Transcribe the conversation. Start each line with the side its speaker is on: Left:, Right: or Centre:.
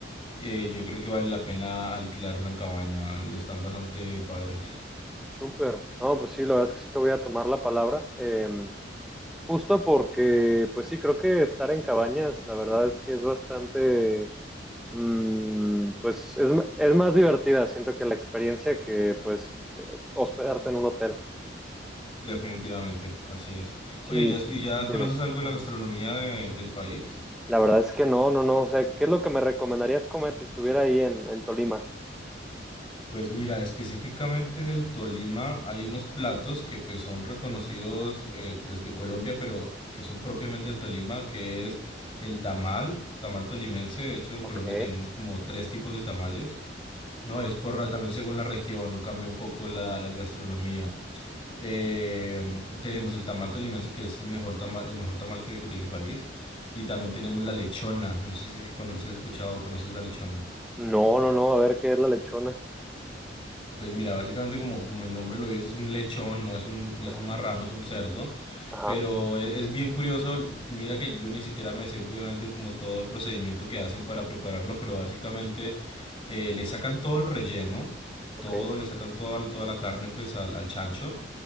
Left: Eh, yo creo que vale la pena alquilar una cabaña, están bastante padres.
Centre: súper. No, pues sí, la verdad es que sí te voy a tomar la palabra. Em, justo porque, pues sí, creo que estar en cabañas, la verdad es que es bastante, mm, pues, es, es más divertida, siento que la experiencia que, pues, eh, hospedarte en un hotel.
Left: Definitivamente, así es.
Centre: Sí,
Left: Oye, ¿ya,
Centre: sí,
Left: y ya
Centre: dime.
Left: conoces algo de la gastronomía de- del país?
Centre: La verdad es que no, no, no. O sea, ¿qué es lo que me recomendarías comer si estuviera ahí en, en Tolima?
Left: Pues mira, específicamente del Tolima hay unos platos que pues son reconocidos eh, pues de Colombia, pero que son propiamente del Tolima, que es el tamal, tamal tolimense. De hecho, en
Centre: Ok.
Left: Colombia tenemos como tres tipos de tamales. No, es por ra- también según la región cambia un poco la, la gastronomía. Eh, tenemos el tamal tolimense, que es el mejor tamal, el mejor tamal que, que tiene el país. Y también
Centre: ok.
Left: tenemos la lechona. No sé si, cono- si has escuchado o conoces de la lechona.
Centre: No, no, no. A ver, ¿qué es la lechona?
Left: Pues mira, básicamente como, como el nombre lo dice, es un lechón, no es un, no es
Centre: Ajá.
Left: un marrano, es un cerdo.
Centre: Ajá.
Left: Pero e- es, bien curioso, mira que yo ni siquiera me sé obviamente como todo el procedimiento que hacen para prepararlo, pero básicamente eh, le sacan todo el relleno,
Centre: Ok.
Left: todo, le sacan toda, toda la carne pues al, al chancho